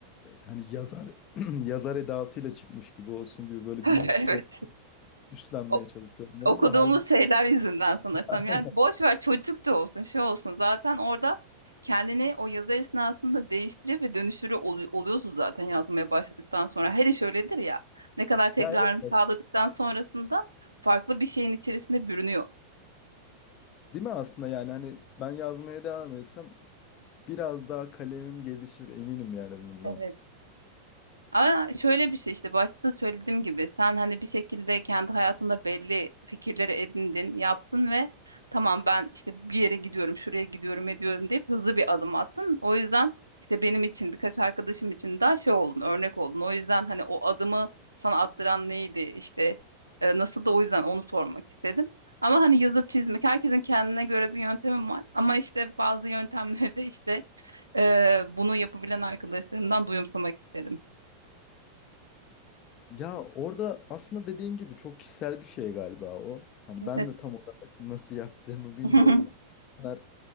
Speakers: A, on the left; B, on the right.
A: hani yazar <clears throat> yazar edasıyla çıkmış gibi olsun gibi böyle
B: <laughs>
A: büyük bir
B: Evet.
A: soğuk üstlenmeye
B: O-
A: çalışıyorum. Orada
B: okuduğumuz
A: da halbuki
B: şeyler yüzünden sanırsam.
A: <laughs>
B: Yani boş ver çocuk da olsun, şey olsun. Zaten orada kendini o yazı esnasında değiştirip ve dönüştürü olu- oluyorsun zaten yazmaya başladıktan sonra. Her iş öyledir ya. Ne kadar tekrarını
A: ya evet bak,
B: sağladıktan sonrasında farklı bir şeyin içerisinde bürünüyor.
A: değil mi aslında yani hani ben yazmaya devam etsem biraz daha kalemim gelişir eminim yani bundan.
B: Evet. Ama şöyle bir şey işte başta söylediğim gibi sen hani bir şekilde kendi hayatında belli fikirleri edindin, yaptın ve tamam ben işte bir yere gidiyorum, şuraya gidiyorum, ediyorum deyip hızlı bir adım attın. O yüzden işte benim için birkaç arkadaşım için daha şey oldun, örnek oldun. O yüzden hani o adımı sana attıran neydi işte e, nasıl da o yüzden onu sormak istedim. Ama hani yazıp çizmek herkesin kendine göre bir yöntemi var. Ama işte bazı yöntemleri de işte e, bunu yapabilen arkadaşlarımdan duyumsamak istedim.
A: Ya orada aslında dediğin gibi çok kişisel bir şey galiba o. Hani
B: Evet.
A: ben de tam olarak nasıl yaptığımı bilmiyorum.
B: <laughs>
A: İnsanlar